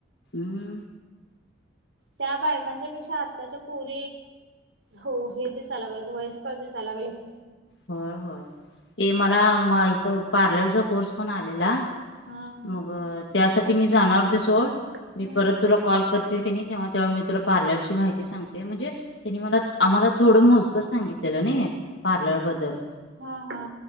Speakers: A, on the left; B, on the right.
A: हुं
B: त्या बायकांच्या पेक्षा आताच्या पोर हो हे दिसाय लागल वयस्क दिसायला लागल्यात
A: होय होय, ते मला मा इथ पार्लरचा कोर्स पण आलेला
B: हा
A: मग, त्यासाठी मी जाणार ओते सोड,
B: हम्म
A: मी परत तुला कॉल करते त्यांनी तेव्हा तेव्हा मी तुला पार्लरची माहिती सांगते म्हणजे त्यांनी मला आम्हाला थोडं मोजक सांगितलेल नायी, पार्लर बद्दल
B: हा हा